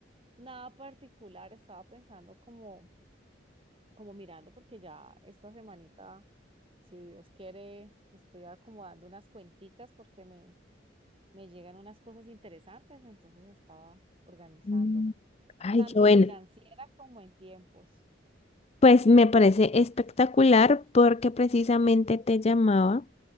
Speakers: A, on the right; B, on the left.
A: nada particular. Estaba pensando como, como mirando, porque ya esta semanita, si Dios quiere, estoy acomodando unas cuenticas porque me, me llegan unas cosas interesantes, entonces estaba organizándome,
B: Mm, Ay,
A: tanto
B: qué bueno.
A: financiera como en tiempos.
B: Pues me parece espectacular porque precisamente te llamaba.